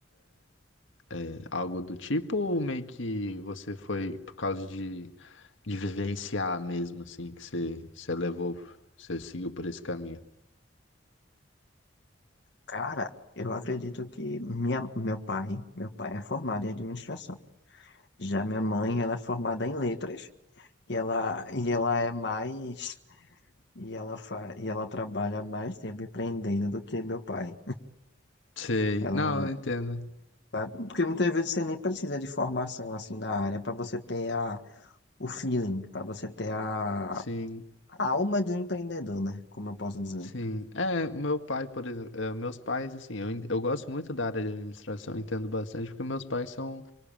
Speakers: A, on the left; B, on the left.
A: É, algo do tipo, ou meio que você foi por causa de, de vivenciar mesmo, assim, que você, você levou, você seguiu por esse caminho?
B: Cara, eu acredito que minha, meu pai, meu pai é formado em administração. Já minha mãe, ela é formada em letras e ela, e ela é mais e ela fa, e ela trabalha mais tempo empreendendo do que meu pai.
A: Sei,
B: Ela,
A: não, eu entendo.
B: tá- porque muitas vezes você nem precisa de formação assim na área para você ter a, o feeling, para você ter a,
A: Sim,
B: a alma de um empreendedor, né? Como eu posso dizer.
A: sim. É, meu pai, por exemplo, é, meus pais, assim, eu, en- eu gosto muito da área de administração, entendo bastante, porque meus pais são,